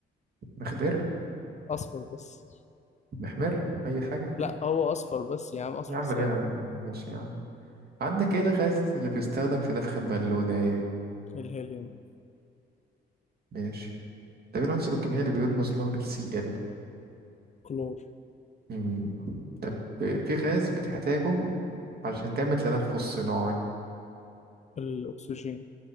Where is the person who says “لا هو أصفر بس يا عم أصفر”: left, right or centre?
Left